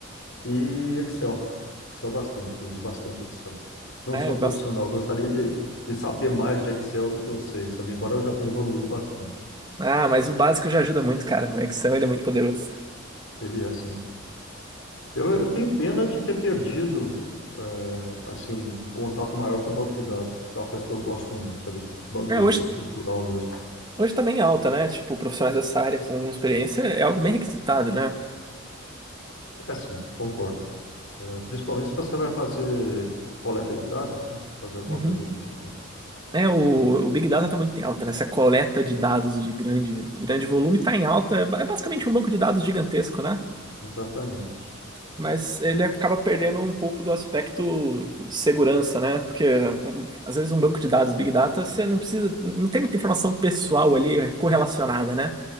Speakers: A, on the left (about 75°); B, on the right (about 20°).
A: E Excel. Excel bastante, uso bastante Excel. Não
B: Ah,
A: sou
B: eu
A: profissional,
B: gosto. né?
A: gostaria de, de saber mais de Excel do que eu sei, sabe? Embora eu já tenha evoluído bastante.
B: Ah, mas o básico já ajuda muito, cara. O Excel, ele é muito poderoso.
A: Ele é assim. Eu, eu tenho pena de ter perdido, eh, assim, um contato maior com o banco de dados, que é uma coisa que eu gosto muito, sabe? Banco
B: É, hoje,
A: estrutural mesmo.
B: hoje tá bem alta, né? Tipo, profissionais dessa área com experiência é algo bem requisitado, né?
A: É assim, concordo. Eh, principalmente se você vai fazer coleta de dados, né? Fazer alguma
B: Uhum.
A: coisa do gênero.
B: É, o,
A: É,
B: o Big Data tá muito em alta, né? Essa coleta de dados de grande, grande volume tá em alta. É ba- é basicamente um banco de dados gigantesco, né?
A: Exatamente.
B: Mas ele
A: Eu-
B: acaba perdendo um pouco do aspecto de segurança, né? Porque um, às vezes um banco de dados Big Data, você não precisa, não tem muita informação pessoal ali é, correlacionada, né?